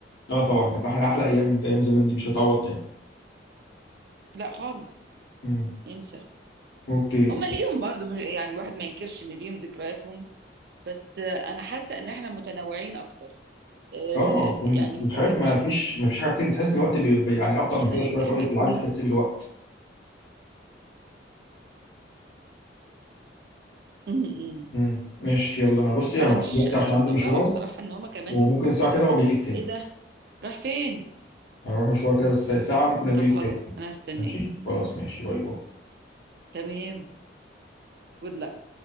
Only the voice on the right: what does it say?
لا خالص
ينسى
هما ليهم برضو يعني الواحد ما ينكرش ان ليهم ذكرياتهم بس آه، انا حاسه ان احنا متنوعين اكتر آه،
يعني متفتحين
ان
احنا نكون
<laughs>
م- م.
انا
مش
انا
مستغربه
بصراحه ان هما كمان
ايه ده راح فين
طب
خلاص
انا هستناك
تمام جود لك.